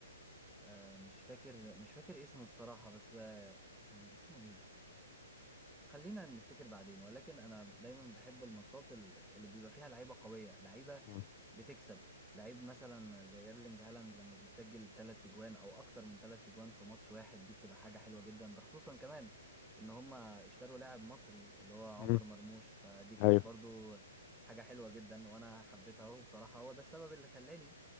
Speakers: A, in the centre; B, on the left.
A: آه، مش فاكر مش فاكر اسمه بصراحه بس آه، كان اسمه ايه خلينا نفتكر بعدين ولكن انا دايما بحب الماتشات ال- اللي بيبقى فيها لعيبه قويه لعيبه
B: مم.
A: بتكسب لعيب مثلا زي ايرلينج هالاند لما بيسجل تلات تجوان او اكتر من تلات تجوان في ماتش واحد دي بتبقى حاجة حلوة جدا ده خصوصا كمان ان هما اشتروا لاعب مصري اللي هو
B: مم.
A: عمر مرموش فدي كانت
B: ايوه
A: برضو حاجة حلوة جدا وانا حبيتها اهو بصراحة هو ده السبب اللي خلاني